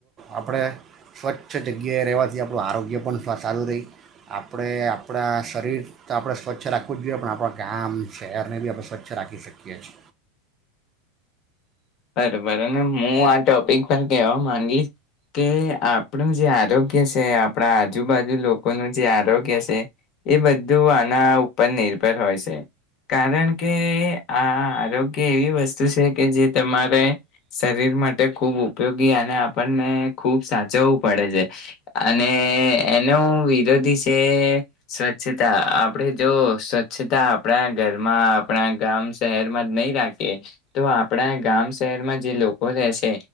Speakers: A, on the right (about 35°); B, on the left (about 50°).
A: આપણે સ્વચ્છ જગ્યાએ રહેવાથી આપણું આરોગ્ય પણ સારું રહી આપ આપણે આપણા શરીર તો આપણે સ્વચ્છ રાખવું જ જોઈએ પણ આપણા ગામ શહેરને બી આપણે સ્વચ્છ રાખી શકીએ છે
B: બરોબર અને હું આ ટોપિક પર કહેવા માંગીશ કે આપણું જે આરોગ્ય છે આપણા આજુબાજુ લોકોનું જે આરોગ્ય છે એ બધું આના ઉપર નિર્ભર હોય છે કારણ કે આ આરોગ્ય એવી વસ્તુ છે કે જે તમારે શરીર માટે ખૂબ ઉપયોગી અને આપણને ખૂબ સાચવવું પડે છે અને એનો વિરોધી છે સ્વચ્છતા આપણે જો સ્વચ્છતા આપણા ઘરમાં આપણા ગામ શહેરમાં જ નહીં રાખીએ તો. આપણા ગામ શહેરમાં જે લોકો રહેશે